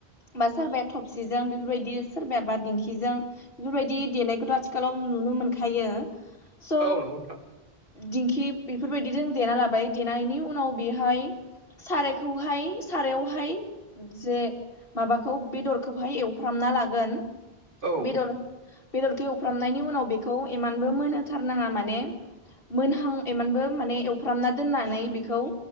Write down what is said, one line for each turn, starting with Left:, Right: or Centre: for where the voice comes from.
Left: बा सोरबाया थबसिजों बेफोरबायदि सोरबाया बाद दिंखिजों बेफोरबायदि देनायखौथ' आथिखालाव नुनो मोनखायो स'
Right: औ नंगौ नोंथां
Left: दिंखि बेफोरबायदिजों देना लाबाय देनायनि उनाव बेहाय सारायखौहाय सारायावहाय जे माबाखौ बेदरखौहाय एवफ्रामना लागोन
Right: औ
Left: बेदर बेदरखेवफ्रामनायनि उनाव बेखौ इमानबो मोनथारनाङा माने मोनहां एमानबो माने एवफ्रामना दोननानै बेखौ